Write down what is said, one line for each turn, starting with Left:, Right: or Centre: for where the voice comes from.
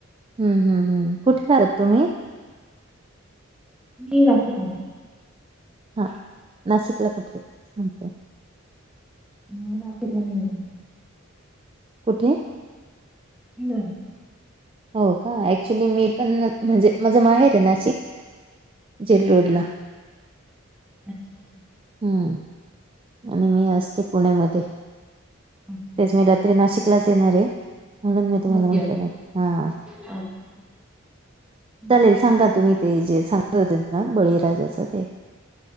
Right: हम्म हम्म हम्म, कुठे रहातात तुम्ही?
Centre: मी नासीकमधे.
Right: हा नाशिकला, कुठे ये तेच म्हटलं?
Centre: ह नाशीकला नाही,
Right: कुठे?
Centre: <unintelligible>
Right: हो का, ऍक्च्युली मी प. ण म्हणजे माझं माहेर आहे नाशिक जेल
Centre: हम्म
Right: रोडला
Centre: अच्छा अच्छा
Right: हम्म
Centre: हं,
Right: आणि मी असते पुण्यामध्ये,
Centre: अच्छा.
Right: तेच मी रात्री नाशिकलाच येणार आहे. म्हणून मी तुम्हाला
Centre: ओके,
Right: म्हटलं
Centre: ओके.
Right: नाही का, हा
Centre: अच्छा. हो,
Right: चालेल सांगा तुम्ही, ते जे सांगत होत ना बळीराजाच ते